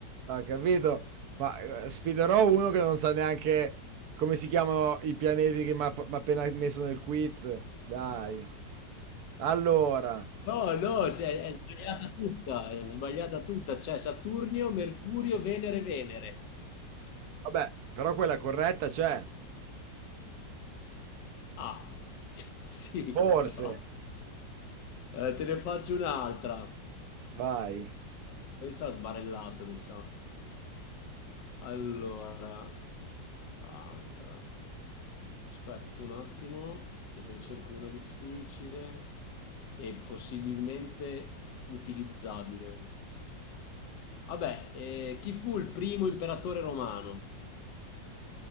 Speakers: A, on the right (about 70°); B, on the left (about 75°).
A: Ma capito? Ma eh, sfiderò uno che non sa neanche come si chiamano i pianeti che mi ha mi ha appena messo nel quiz. Dai. Allora,
B: No, no, cioè, è sbagliata tutta, è sbagliata tutta, c'è Saturnio, Mercurio, Venere, Venere.
A: vabbè, però quella corretta c'è.
B: Ah, <laughs> sì,
A: Forse.
B: però. Eh, te ne faccio un'altra.
A: Vai.
B: Questa ha sbarellato, mi sa. Allora, altra. Aspetta un attimo, che te ne cerco una difficile e possibilmente utilizzabile. Vabbè, eh, chi fu il primo imperatore romano?